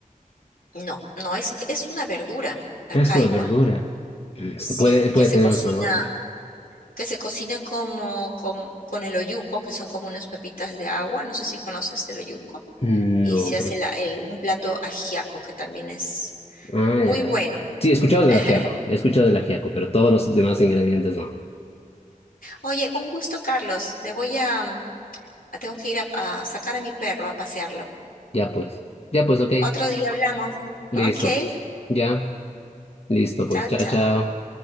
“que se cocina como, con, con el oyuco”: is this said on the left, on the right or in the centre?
Left